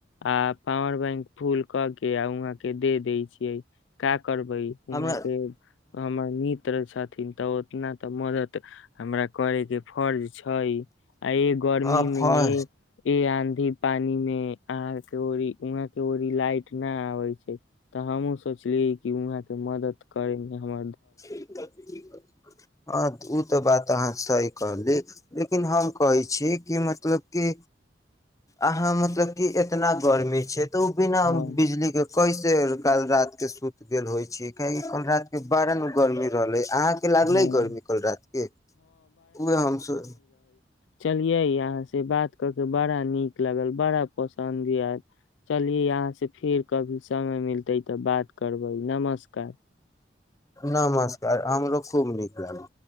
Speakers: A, on the left (about 80°); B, on the left (about 20°).
A: आ पावर बैंक फूल क के आ वहां के दे दय छियै का करबै
B: हमरा
A: वहाँ के हमर मित्र छ थिन तऽ उतना तऽ मदद हमरा करे के फर्ज छै आ ए गर्मी
B: हँ
A: मे
B: फर्स्ट
A: ए ी पानी मे अहां के ओरी उहां के ओरी लाइट न आबे छै तऽ हमु सोचली कि वहाँके मदद मे हम
B: ठीक छै हँ ओ तऽ बात अहाँ सही कहली लेकिन हम कहै छी कि मतलब कि अहाँ मतलब कि इतना गर्मी छै तऽ ओ बिना
A: हँ
B: बिजली के कैस काल रात के सुति गेल होइ छी काहि कल रात के बारन गर्मी रहलै अहाँके लागलै
A: हँ
B: गरमी कल रातिके उएह हम सोब
A: चलियै अहाँ से बात क के बड़ा नीक लागल बड़ा पसन्द आयत चलियै अहाँ से फेर कभी समय मिलतै तऽ बात करबै नमस्कार
B: नमस्कार हमरो खूब नीक लागल